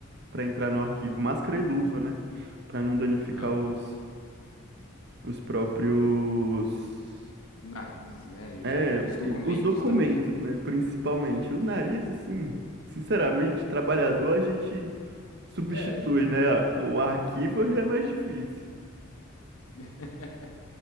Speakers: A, on the right (about 55°); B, on the left (about 85°).
A: para entrar no arquivo, máscara e luva, né? Para não danificar
B: Aham.
A: os, os próprios.
B: O nariz, né? E
A: É,
B: o- os documentos
A: e os documentos,
B: também.
A: né? Principalmente. O nariz, assim, sinceramente, trabalhador, a gente substitui,
B: É, a gente.
A: né? A- O arquivo já é mais difícil.
B: <laughs>